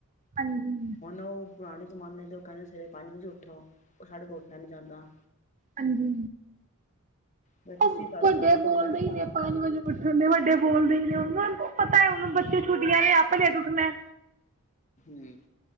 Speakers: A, on the right (about 35°); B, on the left (about 35°).
A: ਹਾਂਜੀ
B: ਹੁਣ ਉਹ ਪੁਰਾਣੇ ਜਮਾਨੇ ਦੇ ਉਹ ਕਹਿੰਦੇ ਸਵੇਰੇ ਪਾਣੀ ਵਿੱਚ ਉੱਠੋ ਉਹ ਸਾਡੇ ਕੋਲ ਉੱਠਿਆ ਨੀ ਜਾਂਦਾ
A: ਹਾਂਜੀ
B: ਫੇਰ ਤੁਸੀਂ
A: ਉਹ
B: ਤੁਹਾਡੇ
A: ਵੱਡੇ
B: ਤੁਹਾਡੇ ਕੋਲ
A: ਬੋਲਦੇ
B: ਹੈਗਾ ਤੁਹਾਡਾ
A: ਈ ਨੇ ਪੰਜ ਵਜੇ ਪੁੱਠਣ ਨੇ ਵੱਡੇ ਬੋਲਦੇ ਈ ਨੇ ਪਤਾ ਹੈ ਹੁ ਬੱਚੇ ਛੁੱਟੀਆਂ ਨੇ ਆਪੇ ਲੇਟ ਮੈਂ
B: ਹਮ